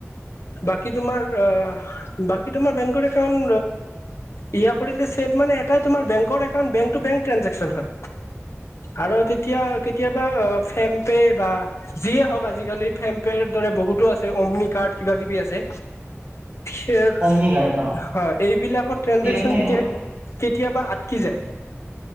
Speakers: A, on the left (about 65°); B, on the right (about 45°).
A: বাকী তোমাৰ। অ বাকী তোমাৰ বেংকৰ একাউণ্ট এয়া কৰিলে ছেভ মানে এটাই তোমাৰ বেংকৰ বেংকৰ একাউণ্ট বেংকটো বেংক ট্ৰেঞ্জেক্সন হয় আৰু তেতিয়া কেতিয়াবা ফেম পে' বা যিয়ে হওক আজিকালি ফেম পে'ৰ দৰে বহুতো আছে অম্নি কাৰ্ড কিবা কিবি আছে।
B: <inaudible>
A: হয়
B: অমনি গাৰ্ড ন
A: এইবিলাকৰ ট্ৰেঞ্জেকচন
B: ছেফ নে সেইবোৰ
A: কেতিয়া কেতিয়াবা আটকি যায়।